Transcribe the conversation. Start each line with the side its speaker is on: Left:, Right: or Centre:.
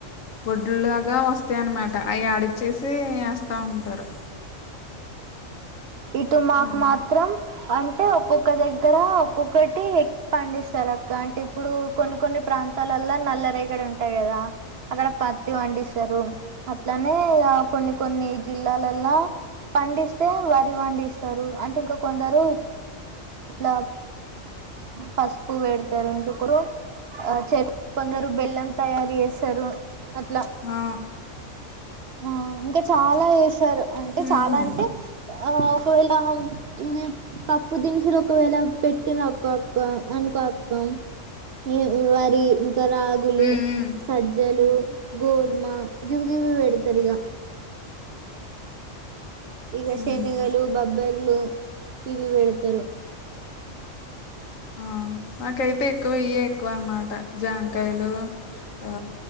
Left: వొడ్లుల్లాగా వస్తాయి అనమాట అయి ఆడిచ్చేసి యేస్తా ఉంటారు
Right: ఇటు మాకు
Left: ఉమ్.
Right: మాత్రం అంటే ఒక్కొక్క దగ్గర ఒక్కొక్కటి పండిస్తారు అక్క అంటే ఇప్పుడు కొన్ని కొన్ని ప్రాంతాలల్లా నల్ల రేగడి ఉంటాయి కదా అక్కడ పత్తి పండిస్తారు అట్లానే ఇగ కొన్ని కొన్ని జిల్లాలలో లా పండిస్తే వరి పండిస్తారు అంటే ఇంకా కొందరు ఇట్లామ్ పసుపు పెడతారు ఇంకొకరు ఆ చెరకు కొందరు బెల్లం తయారు చేస్తారు అట్లా
Left: ఆ
Right: ఆ ఇంకా చాలా వేస్తారు అంటే
Left: మ్
Right: చాలా
Left: హు
Right: అంటే ఆ ఒకవేళ ఇవి పప్పు దినుసులు ఒకవేళ పెట్టినామ్ కోక్కో అనుకో అక్క ఈ వరి ఇంకా రాగులు
Left: మ్
Right: సజ్జలు గోధుమ గివిగివి పెడతారు ఇగ ఇవే శెనిగలు
Left: మ్ మ్
Right: బబ్బెర్లు ఇవి పెడతారు
Left: ఆ మాకైతే ఎక్కువే ఇయే ఎక్కువ అన్నమాట జాంకాయలు ఆ